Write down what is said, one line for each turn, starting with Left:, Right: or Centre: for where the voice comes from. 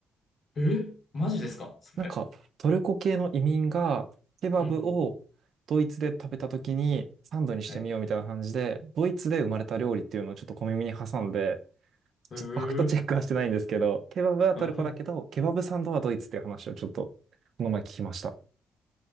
Left: えマジですかそれ。
Right: なんか、トルコ系の移民がケバブをドイツで食べた時にサンドにしてみようみたいな感じで、
Left: うんうん。はい。へ
Right: ドイツで生まれた料理っていうのをちょっと小耳に挟んで、
Left: ー
Right: ちょっとファクトチェックはしてないんですけど、ケバブはトルコだけど、
Left: <laughs> あ
Right: ケバブサンドはドイツっていう話をちょっとこの前聞きました。